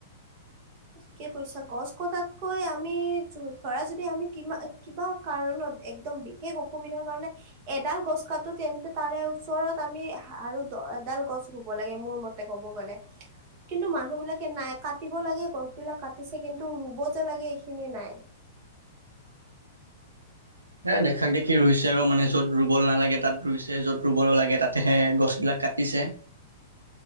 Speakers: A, on the right; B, on the right.
A: কি কৈছা? গছ কটাতকৈ আমি য ধৰা যদি আমি কিবা কিবা কাৰণত একদম বি সেই অসুবিধাৰ কাৰণে এডাল গছ কাটোতে তেন্তে তাৰে ওচৰত আমি আৰু এডাল গছ ৰুব লাগে মোৰ মতে ক'ব গ'লে। কিন্তু মানুহবিলাকে নাই কাট কাটিব লাগে গছবিলাক কাটিছে, কিন্তু ৰুব যে লাগে এইখিনি নাই।
B: হে দেখাক দেখি ৰুইছে আৰু মানে য'ত ৰুব নালাগে তাত ৰুইছে, য'ত ৰুব নালাগে তাতেহে গছবিলাক কাটিছে।